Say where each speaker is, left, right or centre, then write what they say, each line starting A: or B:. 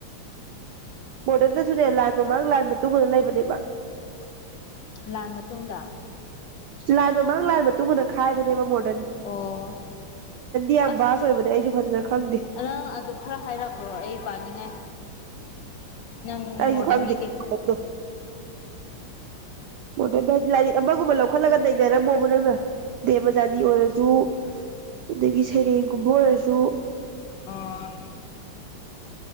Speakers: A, on the right; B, on the left.
A: ꯃꯣꯗꯔꯟꯗꯁꯨꯅꯦ ꯂꯥꯟ ꯃꯃꯥꯡ ꯂꯥꯟꯕ ꯃꯇꯨꯡꯟꯅ ꯂꯩꯕꯅꯦꯕ
B: ꯂꯥꯟ ꯃꯇꯨꯡꯗ
A: ꯂꯥꯟꯗꯣ ꯃꯥꯡ ꯂꯥꯟ ꯃꯇꯨꯡꯗ ꯈꯥꯏꯕꯅꯦꯕ ꯃꯣꯔ
B: ꯑꯣ
A: ꯌꯥꯝ
B: ꯑꯁ
A: ꯚꯥꯁ ꯑꯣꯏꯕꯅꯦ ꯑꯩꯁꯨ ꯐꯖꯅ ꯈꯪꯗꯦ
B: ꯅꯪ ꯑꯗꯨ ꯈꯔ ꯍꯥꯏꯔꯛꯈ꯭ꯔꯣ ꯑꯩ ꯄꯥꯅꯤꯡꯉꯥꯏ ꯅꯪ
A: ꯑꯩꯁꯨ
B: ꯃꯣꯔꯗꯟꯒꯤ
A: ꯈꯪꯗꯦ
B: ꯀꯩꯀꯩ
A: ꯃꯣꯗꯔꯟꯗꯣ ꯃꯣꯗꯟꯗ ꯍꯥꯏꯗꯤ ꯂꯥꯏꯔꯤꯛ ꯑꯃꯒꯨꯝꯕ ꯂꯧꯈꯠꯂꯒ ꯅꯩꯅꯔꯝꯃꯣꯕ ꯅꯪꯅ ꯗꯦꯕꯖꯥꯅꯤ ꯑꯣꯏꯔꯁꯨ ꯑꯗꯒꯤ ꯁꯩꯔꯦꯡꯒꯨꯝꯕ ꯑꯣꯏꯔꯁꯨ
B: ꯑꯣ